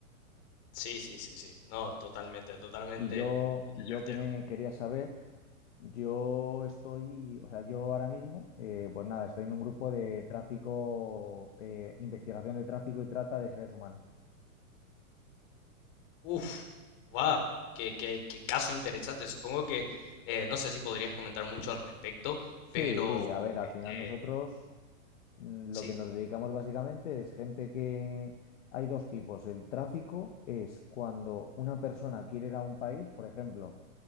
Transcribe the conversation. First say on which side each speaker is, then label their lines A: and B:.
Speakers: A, on the left; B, on the left.
A: Sí, sí, sí, sí, no, totalmente, totalmente
B: Y yo, y
A: certero.
B: yo que me quería saber Yo estoy, o sea, yo ahora mismo, eh, pues nada, estoy en un grupo de tráfico, eh, investigación de tráfico y trata de seres humanos.
A: Uf, va, qué, qué- qué caso interesante. Supongo que eh, no sé si podrías comentar mucho al respecto,
B: Sí,
A: pero
B: a ver, al
A: este,
B: final nosotros mm,
A: sí.
B: lo que nos dedicamos básicamente es gente que... Hay dos tipos. El tráfico es cuando una persona quiere ir a un país, por ejemplo,